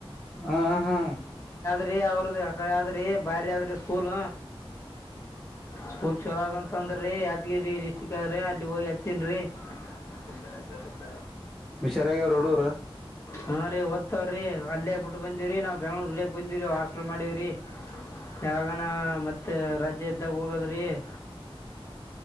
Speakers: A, in the centre; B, on the left (about 30°).
A: ಹಾ ಹಾ
B: ್ರಿ ಅವ್ರದ ಅಕಡೆ ಯದ್ರಿ ಬಾಯ್ರ ಯ್ರಿ ಸ್ಕೂಲ್ ಸ್ಕೂಲ್ ಚಲೋದ ಅಂತಂದ್ರೀ ಯಾದಗಿರಿ ಡಿಸ್ಟಿಕ್ ಅದ್ರಿ ಅಲ್ಲಿ ಹೋಗಿ ಹಚ್ಚೀನ್ ರೀ ಸದ
A: ವಿಷಾರಾಗಿ ಅವರು ಹಡೂರು
B: ಹಾ ಓದ್ತವ್ರ ರ ಅೇ ಬಿಟ್ಟ ಬೀಿವ್ರೀ ನಾವವು ಬೆಂಗಗಳೂರ್ ದುಡ್ಯಕ್ ಬಂದೀವ್ರೀ ಹಾಸ್ಟೆಲ್ ಮಾಡಿವ್ರೀ ಯಾಗಾನ ಮತ್ತೆ ರಜ್ಯ ಇದ್ದಾಗ ಹೋಗದ್ರಿ <inaudible>